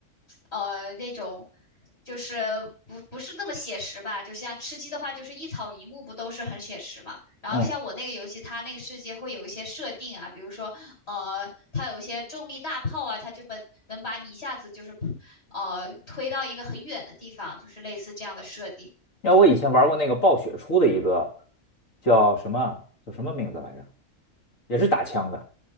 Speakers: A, on the left (about 55°); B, on the left (about 80°).
A: 呃那种就是不不是那么写实吧。就像吃鸡的话，就是一草一木不都是很写实嘛。然后像我那个游戏，
B: 嗯，
A: 它那个世界会有一些设定啊，比如说呃，它有一些重力大炮啊，它就把能把你一下子就是呃推到一个很远的地方，就是类似这样的设定。
B: 因为我以前玩过那个暴雪出的一个叫什么啊叫什么名字来着，也是打枪的。